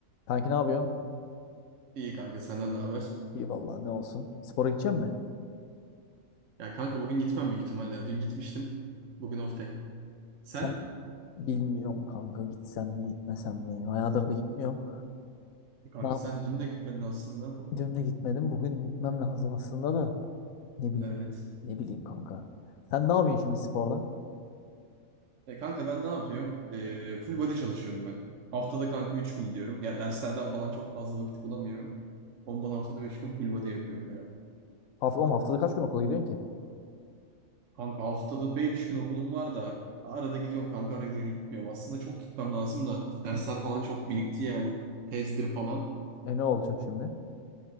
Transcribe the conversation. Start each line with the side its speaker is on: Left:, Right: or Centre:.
Left: Kanki ne yapıyorsun?
Right: İyi kanka senden ne haber?
Left: İyi vallahi ne olsun. Spora gidecek misin?
Right: Ya kanka bugün gitmem büyük ihtimalle. ya. Dün gitmiştim. Bugün off day. Sen?
Left: Sen bilmiyorum kanka gitsem mi gitmesem mi? Bayağıdır da gitmiyorum.
Right: E Kanka
Left: Ne yapayım?
Right: sen dün de gitmedin aslında.
Left: Dün de gitmedim. Bugün gitmem lazım aslında da. Ne bileyim.
Right: Evet.
Left: Ne bileyim kanka. Sen ne yapıyorsun şimdi sporda?
Right: E kanka ben ne yapıyorum? E, full body çalışıyorum ben. Haftada kanka 3 gün gidiyorum. Ya derslerden falan çok fazla vakit bulamıyorum. Ondan haftada 3 gün full body yapıyorum ya.
Left: Hafta, oğlum haftada kaç gün okula gidiyorsun ki?
Right: Kanka haftada 5 gün okulum var da arada gidiyorum kanka arada gitmiyorum. Aslında çok gitmem lazım da dersler falan çok birikti yani. Tezdir falan.
Left: E ne olacak şimdi?